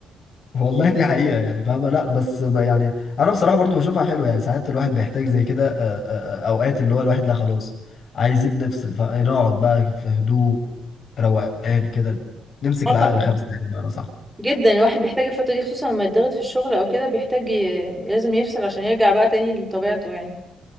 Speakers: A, on the left; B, in the centre.
A: والله دي حقيقه يعني فاهمه لا بس ب- يعني انا بصراحه برضو بشوفها حلوه يعني ساعات الواحد بيحتاج زي كده آه، آه، آه، اوقات اللي هو الواحد لا خلاص عايزين نفصل فنقعد بقى في هدوء روقان كده نمسك
B: اه
A: العقل
B: طبعا
A: خمسه يعني بمعنى صح
B: جدا الواحد بيحتاج الفترة دي خصوصا لما يتضغط في الشغل او كده بيحتاج ي... لازم يفصل عشان يرجع بقى تاني لطبيعته يعني